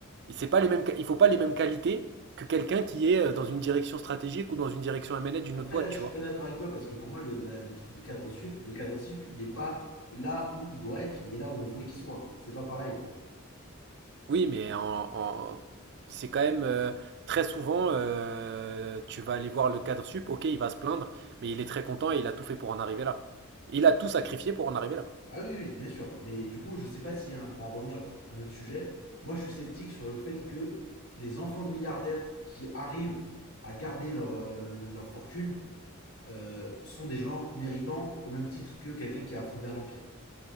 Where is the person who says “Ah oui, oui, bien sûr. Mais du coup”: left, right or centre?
Left